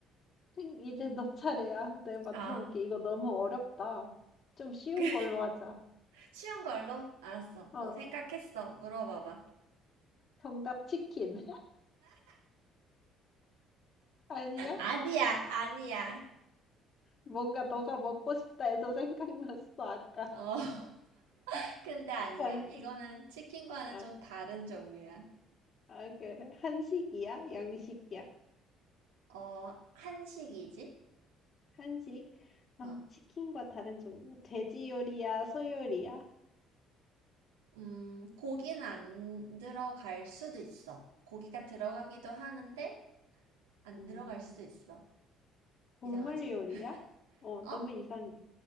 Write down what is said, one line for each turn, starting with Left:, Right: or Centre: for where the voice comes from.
Left: 생- 이제 너 차례야. 내가 맞춰볼게.
Right: 아,
Left: 이거 너무 어렵다. 좀 쉬운
Right: 그,
Left: 걸로 하자.
Right: 쉬운 걸로? 알았어.
Left: 어,
Right: 어, 생각했어. 물어봐봐.
Left: 정답 치킨. <laughs> 아니야?
Right: 아니야, 아니야.
Left: 뭔가 너가 먹고 싶다 해서 생각났어, 아까.
Right: 어, <laughs>
Left: <laughs>
Right: 근데 아니야.
Left: 잠깐.
Right: 이거는 치킨과는
Left: 아,
Right: 좀 다른 종류야.
Left: 아, 그래. 한식이야? 양식이야?
Right: 어, 한식이지?
Left: 한식? 아,
Right: 어,
Left: 치킨과 다른 종류. 돼지 요리야? 소 요리야?
Right: 음, 고기는 안 들어갈 수도 있어. 고기가 들어가기도 하는데, 안
Left: 음,
Right: 들어갈 수도 있어.
Left: 곡물
Right: 이상하지?
Left: 요리야? 어, 너무
Right: 어?
Left: 이상해.